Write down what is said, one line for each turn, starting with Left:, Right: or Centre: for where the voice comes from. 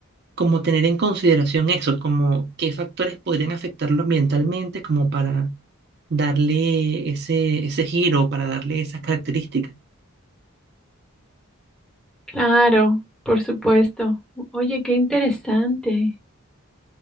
Right: como tener en consideración eso, como qué factores podrían afectarlo ambientalmente, como para darle ese, ese giro, para darle esas características.
Centre: Claro, por supuesto. Oye, qué interesante.